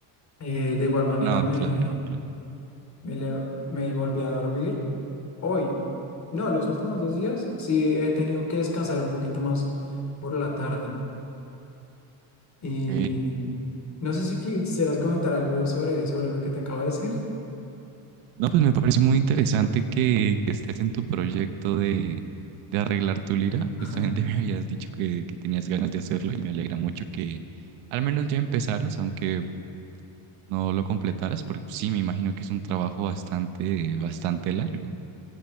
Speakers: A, on the left (about 35°); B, on the right (about 80°).
A: Eh, de igual manera
B: No,
A: me,
B: claro, claro.
A: me, leo- me volví a dormir Hoy, no, los últimos dos días sí he tenido que descansar un poquito más por la tarde. Y
B: Ok.
A: no sé si quisieras comentar algo sobre, sobre lo que te acabo de decir.
B: No, pues me parece muy interesante que, que estés en tu proyecto de, de arreglar tu lira.
A: <laughs>
B: Justamente <laughs> me habías dicho que, que tenías ganas de hacerlo y me alegra mucho que al menos ya empezaras, aunque no lo completaras, porque sí, me imagino que es un trabajo bastante, bastante largo.